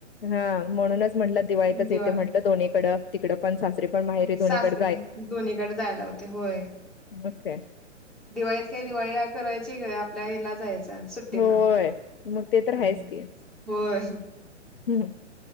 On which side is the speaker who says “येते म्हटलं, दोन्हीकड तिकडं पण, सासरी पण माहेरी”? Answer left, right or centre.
Left